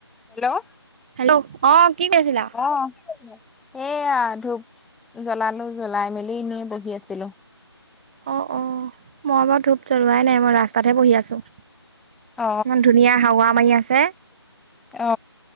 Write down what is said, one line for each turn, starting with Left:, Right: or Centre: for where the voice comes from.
Centre: Hello
Right: hello অ' কি কৈছিলা?
Centre: অ' সেইয়া ধূপ জ্বলালো জ্বলাই মেলি এনে বহি আছিলো।
Right: অ' অ' মই বাৰু ধূপ জ্বলোৱাই নাই মই ৰাস্তাতহে বহি আছো।
Centre: অ
Right: ইমান ধুনীয়া হাৱা মাৰি আছে।
Centre: অ অ